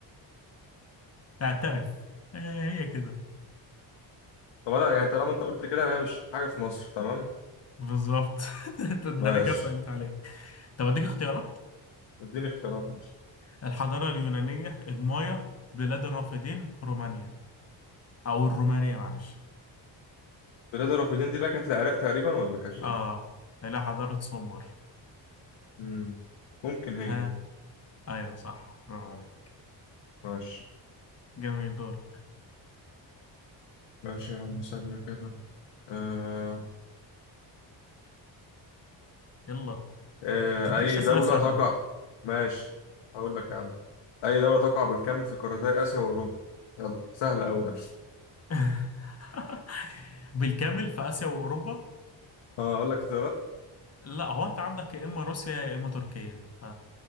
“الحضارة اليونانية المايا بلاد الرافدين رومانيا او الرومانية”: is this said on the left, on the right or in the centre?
Left